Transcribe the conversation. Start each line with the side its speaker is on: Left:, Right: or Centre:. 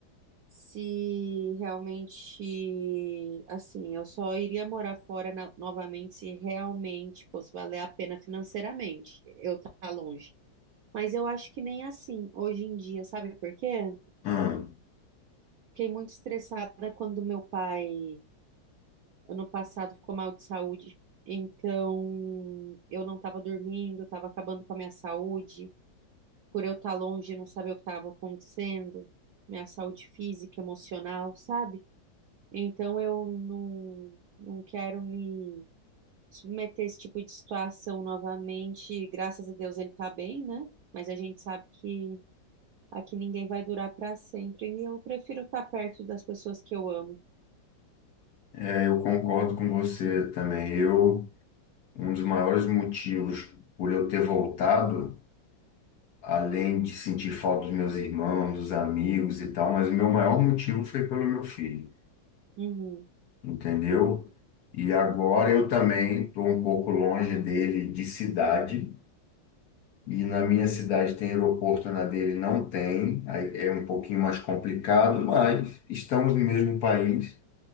Right: se realmente, assim, eu só iria morar fora na- novamente se realmente fosse valer a pena financeiramente eu estar longe. Mas eu acho que nem assim hoje em dia, sabe por quê?
Left: Hum.
Right: Fiquei muito estressada quando meu pai, ano passado, ficou mal de saúde. Então, eu não estava dormindo, estava acabando com a minha saúde, por eu estar longe e não saber o que estava acontecendo, minha saúde física, emocional, sabe? Então eu não, não quero me submeter a esse tipo de situação novamente. Graças a Deus ele tá bem, né? Mas a gente sabe que aqui ninguém vai durar para sempre e eu prefiro estar perto das pessoas que eu amo.
Left: É, eu concordo com você também. Eu, um dos maiores motivos por eu ter voltado, além de sentir falta dos meus irmãos, dos amigos e tal, mas o meu maior motivo foi pelo meu filho,
Right: Uhum,
Left: entendeu? E agora eu também estou um pouco longe dele de cidade. E na minha cidade tem aeroporto, na dele não tem. Aí é um pouquinho mais complicado, mas estamos no mesmo país,